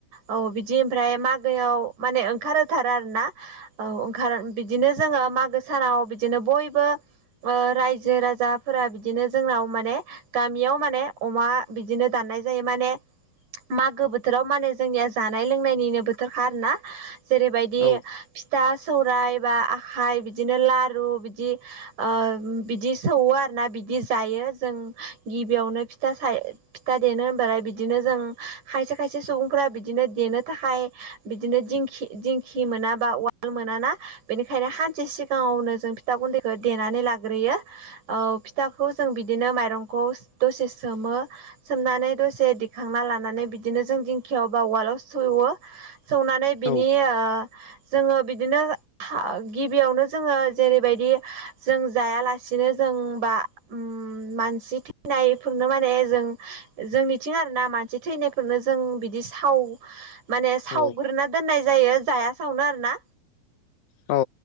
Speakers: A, on the right; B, on the left.
A: औ बिदि ओमफ्राय मागोआव माने ओंखार होथारो आरो ना औ ओंखार बिदिनो जोङो मागो सानाव बिदिनो बयबो रायजो राजाफोरा बिदिनो जोंनाव माने गामियाव माने अमा बि बिदिनो दाननाय जायो माने मागो बोथोराव माने जोंनिया जानाय लोंनायनिनो बोथोरखा आरो ना। जेरैबायदि
B: औ
A: फिथा सौराय बा आखाइ बिदिनो लारु बिदि ओ बिदि सौवो आरो ना बिदि जायो जों गिबियावनो फिथा साय फिथा देनो होनबालाय बिदिनो जों खायसे खायसे सुबुंफोरा बिदिनो देनो थाखाय बिदिनो दिंखि दिंखि मोना बा उवाल मोनाना बेनिखायनो हानसे सिगाङावनो जों फिथा गुन्दैखौ देनानै लाग्रोयो औ फिथाखौ जों बिदिनो माइरंखौ दसे सोमो सोमनानै दसे दिखांना लानानै बिदिनो जों दिंखिायाव बा उवालाव सौवो सौनानै बिनि
B: औ
A: ओ जोंङो बिदिनो गिबियावनो जोंङो जेरैबायदि जों जायालासिनो जों बा उम मानसि थैनायफोरनो माने जों जोंनिथिं आरो ना मानसि थैनायफोरनो जों बिदि साव माने सावग्रोना
B: औ
A: दोननाय जायो जाया सावनो आरो ना
B: औ